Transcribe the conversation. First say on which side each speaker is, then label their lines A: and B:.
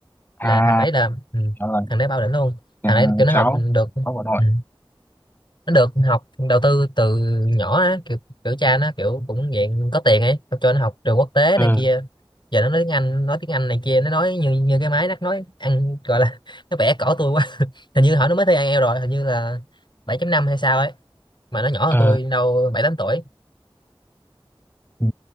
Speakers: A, on the left; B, on the left.
A: à
B: là thằng đấy là ừ,
A: đó là
B: thằng đấy bao đỉnh luôn
A: nhà
B: thằng đấy kiểu nó
A: cháu
B: học được
A: cháu của nội
B: ừ, nó được học đầu tư từ nhỏ á kiểu, kiểu cha nó kiểu cũng dạng có tiền ấy cho nó học trường quốc tế này
A: ừ
B: kia giờ nó nói tiếng Anh nói tiếng Anh này kia nó nói như như cái máy nó nói ăn gọi là <laughs> nó bẻ cổ tôi quá hình như hỏi nó mới thi IELTS rồi hình như là bảy chấm năm hay sao ấy mà nó nhỏ hơn
A: ừ
B: tôi đâu bảy tám tuổi
A: ừ.